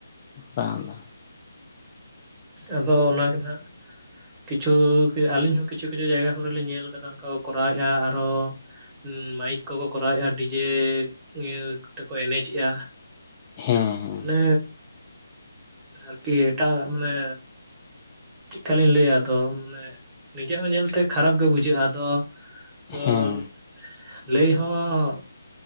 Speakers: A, on the left; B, on the right.
A: ᱵᱟᱝ ᱵᱟᱝ,
B: ᱟᱫᱚ ᱚᱱᱟ ᱜᱮ ᱱᱟᱜ᱾ ᱠᱤᱪᱷᱩ ᱟᱹᱞᱤᱧ ᱦᱚᱸ ᱠᱤᱪᱷᱩ ᱠᱤᱪᱷᱩ ᱡᱟᱭᱜᱟ ᱠᱚᱨᱮ ᱞᱤᱧ ᱧᱮᱞ ᱠᱟᱫᱟ ᱚᱱᱠᱟ ᱠᱚ ᱠᱚᱨᱟᱣᱮᱫᱼᱟ ᱟᱨᱦᱚ ᱢᱟᱹᱭᱤᱠ ᱠᱚᱠᱚ ᱠᱚᱨᱟᱣᱮᱫᱼᱟ ᱰᱤᱡᱮ, ᱤᱭᱟᱹ ᱛᱮᱠᱚ ᱮᱱᱮᱡᱮᱜᱼᱟ᱾
A: ᱦᱮᱸᱻ ᱦᱮᱸ,
B: ᱢᱟᱱᱮ, ᱟᱨᱠᱤ ᱮᱴᱟᱜ ᱢᱟᱱᱮ ᱪᱮᱜᱽᱠᱟᱞᱤᱧ ᱞᱟᱹᱭᱟ ᱟᱫᱚ ᱢᱟᱱᱮ ᱱᱤᱡᱟᱹ ᱦᱚᱸ ᱧᱮᱞᱛᱮ ᱠᱷᱟᱨᱟᱯ ᱜᱮ ᱵᱩᱡᱷᱟᱹᱜᱼᱟ ᱟᱫᱚ
A: ᱦᱮᱸ
B: ᱟᱨ ᱞᱟᱹᱭ ᱦᱚᱸ